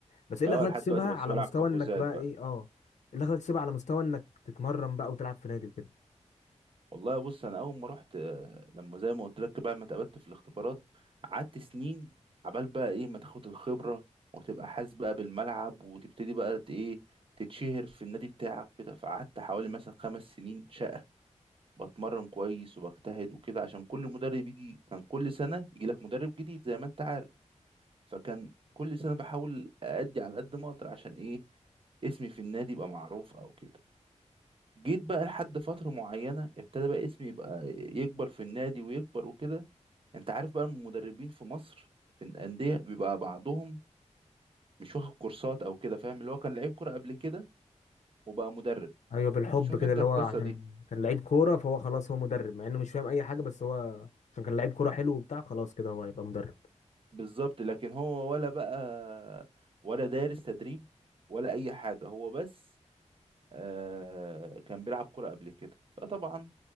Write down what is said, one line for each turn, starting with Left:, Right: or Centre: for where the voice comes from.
Left: بس ايه اللي
Right: اه
Left: خلاك
Right: لحد
Left: تسيبها
Right: دلوقتي بس
Left: على
Right: بلعب
Left: مستوى
Right: حجوزات
Left: انك بقى
Right: بقى
Left: ايه اه ايه اللي خلاك تسيبها على مستوى انك تتمرن بقى وتلعب في نادي وكده
Right: والله بص انا اول ما رحت آه، لما زي ما قلت لك بقى ما اتقابلت في الاختبارات قعدت سنين عبال بقى ايه ما تاخد الخبره وتبقى حاسس بقى بالملعب وتبتدي بقى ت- ايه تتشهر في النادي بتاعك وكده فقعدت حوالي مثلا خمس سنين شقه بتمرن كويس وبجتهد وكده عشان كل مدرب يجي كان كل سنه يجي لك مدرب جديد زي ما انت عارف فكان كل سنة بحاول أأدي على قد ما أقدر عشان إيه اسمي في النادي يبقى معروف أو كده جيت بقى لحد فترة معينة ابتدى بقى اسمي يبقى يكبر في النادي ويكبر وكده أنت عارف بقى المدربين في مصر في الأندية بيبقى بعضهم مش واخد كورسات أو كده فاهم اللي هو كان لعيب كورة قبل كده وبقى مدرب
Left: ايوه بالحب
Right: بتشوف
Left: كده
Right: أنت
Left: اللي
Right: القصة
Left: هو عشان
Right: دي
Left: كان لعيب كوره فهو خلاص هو مدرب مع انه مش فاهم اي حاجه بس هو عشان كان لعيب كوره حلو وبتاع خلاص كده هو هيبقى مدرب
Right: بالظبط لكن هو ولا بقى ولا دارس تدريب ولا أي حاجة هو بس آه كان بيلعب كورة قبل كده فطبعا